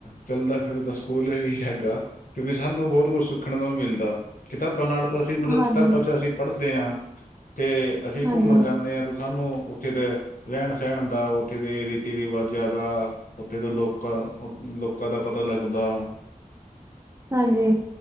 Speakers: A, on the left (about 65°); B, on the right (about 20°).
A: ਚੱਲਦਾ ਫਿਰਦਾ ਸਕੂਲ ਹੀ ਹੈਗਾ, ਕਿਉਂਕਿ ਸਾਨੂੰ ਬਹੁਤ ਕੁਝ ਸਿੱਖਣ ਨੂੰ ਵੀ ਮਿਲਦਾ। ਕਿਤਾਬਾਂ ਨਾਲ ਤਾਂ ਅਸੀਂ ਮਤਲਬ
B: ਹਾਂਜੀ
A: ਕਿਤਾਬਾਂ ਚ ਅਸੀਂ ਪੜ੍ਹਦੇ ਹਾਂ ਤੇ ਅਸੀਂ
B: ਹਾਂਜੀ
A: ਘੁੰਮਣ ਜਾਂਣੇ ਆ ਤੇ ਸਾਨੂੰ, ਉੱਥੇ ਦੇ, ਰਹਿਣ- ਸਹਿਣ ਦਾ ਉੱਥੇ ਦੇ, ਰੀਤੀ- ਰਿਵਾਜਾਂ ਦਾ ਉੱਥੇ ਦੇ ਲੋਕਾਂ, ਲੋਕਾਂ ਦਾ ਪਤਾ ਲੱਗਦਾ
B: ਹਾਂਜੀ!